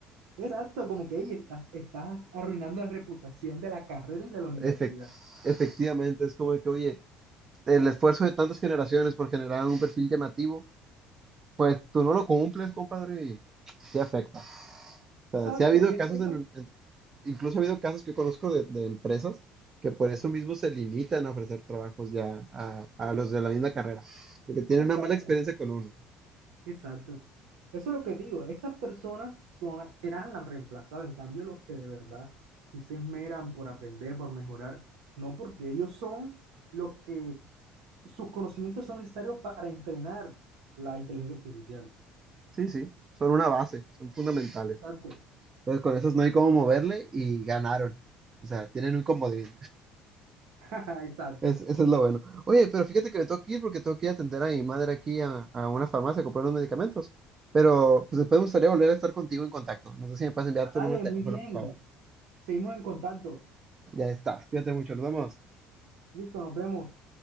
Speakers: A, on the right; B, on the right.
A: Exacto, como que ahí estás, estás arruinando la reputación de la carrera y de la universidad.
B: Efec- efectivamente, es como que, oye, El esfuerzo de tantas generaciones por generar un perfil llamativo, pues tú no lo cumples, compadre, y sí afecta. O sea,
A: Exacto,
B: sí ha habido
A: y
B: casos,
A: eso, eso,
B: en- en- incluso ha habido casos que conozco de, de empresas que por eso mismo se limitan a ofrecer trabajos ya a, a los de la misma carrera, porque tienen
A: exacto,
B: una mala experiencia con uno.
A: exacto. Eso es lo que digo, esas personas son, serán las reemplazadas, en cambio los que de verdad si se esmeran por aprender, por mejorar, no porque ellos son los que, sus conocimientos son necesarios para entrenar la inteligencia artificial.
B: Sí, sí, son una base, son fundamentales.
A: Exacto,
B: Entonces con esos no hay cómo moverle y ganaron. O sea, tienen un comodín.
A: <laughs> exacto.
B: Es, eso es lo bueno. Oye, pero fíjate que me tengo que ir porque tengo que ir a atender a mi madre aquí a, a una farmacia a comprar unos medicamentos. Pero pues después me gustaría volver a estar contigo en contacto. No sé si me puedes enviar tu
A: Dale,
B: número de
A: muy
B: teléfono,
A: bien,
B: por favor.
A: seguimos en contacto.
B: Ya está. Cuídate mucho. Nos vemos.
A: Listo, nos vemos.